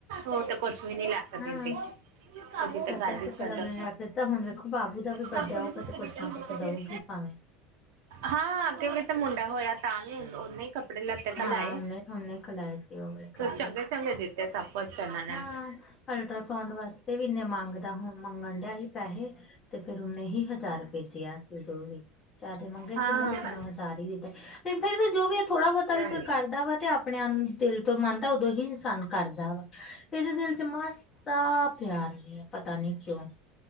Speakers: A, on the right; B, on the left.
A: ਓ ਤੇ ਕੁਛ ਵੀ ਨੀ ਲੈ ਕੇ
B: ਹਾਂ
A: ਦਿੰਦੀ। ਓਦੀ ਤੇ
B: ਸਾਈਕਲ
A: ਗੱਲ ਹੀ
B: ਸੁਕਲ
A: ਛੱਡੋ
B: ਅਗਲੇ ਨੇ ਰੱਖ ਦਿੱਤਾ ਹੁਣ ਵੇਖੋ ਬਾਬੂ ਦਾ ਵੀ ਬਰਡੇ
A: ਭੈਂਜੀ।
B: ਆਊਗਾ ਤੇ ਕੁਛ ਨਾ ਕੁਛ ਦਊਗੀ ਭਾਵੇਂ
A: ਹਾਂ ਦੇਵੀ ਤੇ ਮੁੰਡਾ ਹੋਇਆ। ਤਾਂ ਨਹੀਂ ਓਨੇ ਹੀ ਕੱੜੇ ਲਤੇ
B: ਹਾਂ
A: ਤਾਂ ਲੈ ਆਏ,
B: ਉਹਨੇ ਉਹਨੇ ਖਿਲਾਏ ਸੀ ਉਹ ਵਾਲੇ ਕੱਪੜੇ
A: ਚੰਗੇ ਚੰਗੇ ਦਿੱਤੇ ਸਭ। ਕੁਛ ਕਰਨ ਆਲੇ।
B: ਹਾਂ ਅਲਟਰਾਸਾਊਂਡ ਵਾਸਤੇ ਵੀ ਇੰਨੇ ਮੰਗਦਾ- ਮੰਗਣ ਡਿਆ ਸੀ ਪੈਸੇ। ਤੇ ਫੇਰ ਓਨੇ ਹੀ ਹਜ਼ਾਰ ਰਪੇ ਕਿਆ ਸੀ ਓਦੋਂ ਵੀ। ਜਾਦਾ ਮੰਗੇ
A: ਹਾਂ।
B: ਸੀ ਲੇਕਿਨ ਓ ਹਜ਼ਾਰ ਹੀ ਦਿੱ ਤੇ ਫਿਰ ਵੀ ਜੋ ਵੀ ਐ, ਥੋੜਾ ਬੋਤ ਤਾਂ
A: ਕਿਆ
B: ਵੀ ਕੋਈ
A: ਯਾਰ
B: ਕਰਦਾ ਵਾ ਤੇ ਆਪਣੇ ਆਨ ਦਿਲ ਤੋਂ ਮੰਨਦਾ, ਉਦੋਂ ਹੀ ਇਨਸਾਨ ਕਰਦਾ ਵਾ। ਇਹਦੇ ਦਿਲ ਚ ਮਾਸਾ ਪਿਆਰ ਨੀਂ ਆ, ਪਤਾ ਨੀ ਕਿਉਂ।